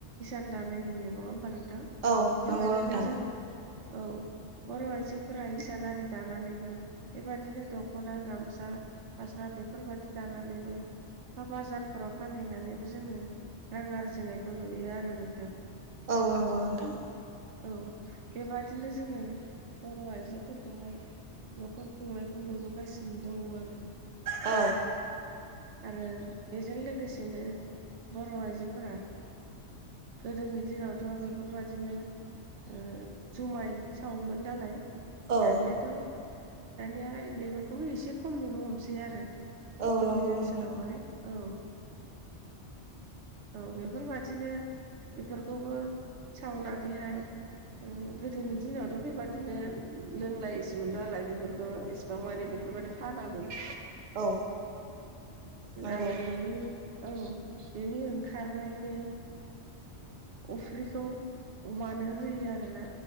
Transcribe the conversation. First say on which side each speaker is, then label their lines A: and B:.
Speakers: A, on the right (about 80°); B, on the right (about 45°).
A: इसान दानाय नुयो नङा ओमबा नोंथां?
B: औ
A: बेबादिनो
B: नंगौ नोंथां
A: जोङो औ बर' आइजोफोरा इसान आरि दानानैबो बेबायदिनो दख'ना गामसा हास्ला बेफोरबायदि दानानैबो बा बाजारफोराव फानहैनानैबो जोङो रां आरजिनायखौ नुयो आरो नोंथां।
B: औ नंगौ नोंथां।
A: औ बेबादिनो जोङो बर' आइजोफोरखौहाय न'खर खुंनायखौ नुबोगासिनो दङ आरो
B: ओ
A: आरो बेजों लोगोसेनो बर' आइजोफोरा गोदोनि दिनावथ' बेफोरबादिनो ओ जुमाय सावोमोन नालाय।
B: औ
A: दानियाथ' दानिया बेफोरखौबो एसे खम नुनो हमसै आरो
B: औ
A: जोंनि
B: नंगौ
A: ओनसोलावहाय
B: नोंथां
A: औ औ बेफोरबादिनो बेफोरखौबो सावनानैहाय गोदोनि दिनावथ' बेबादिनो लोंलायसो मोनलालाय बेफोरखौ मानि बेफोरबादि फानामोन।
B: औ नंगौ
A: आरो बेनि औ बेनि ओंखारनाय बे अफ्रिखौ अमानो होयो आरोना